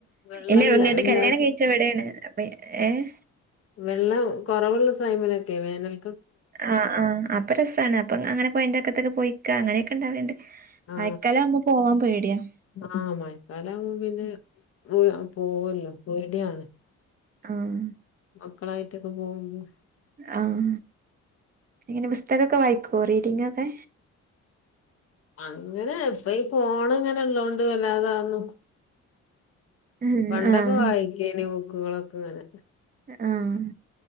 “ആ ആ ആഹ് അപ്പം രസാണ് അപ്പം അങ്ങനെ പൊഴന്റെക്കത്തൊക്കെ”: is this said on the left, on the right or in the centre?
Right